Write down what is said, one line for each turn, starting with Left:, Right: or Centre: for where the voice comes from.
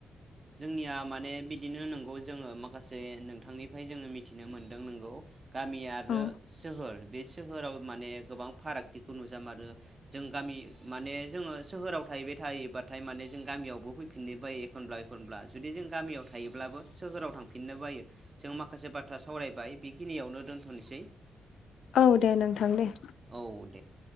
Right: जोंनिया माने बिदिनो नोंगौ जोङो माखासे नोंथांनिफ्राय जोङो मिथिनो मोनदों नोंगौ। गामि आरो
Left: औ
Right: सोहोर बे सोहोराव माने गोबां फारागथिखौ नुजा मारो जों गामि माने जोङो सोहोराव थाहैबाय थायोबाथाय माने जों गामियावबो फैफिननो बायो एखनब्ला एखनब्ला जुदि जों गामियाव थायोब्लाबो सोहोराव थांफिननो बायो। जों माखासे बाथ्रा सावरायबाय बेखिनियावनो दोनथ'नोसै
Left: औ दे नोंथां दे।
Right: औ दे ओर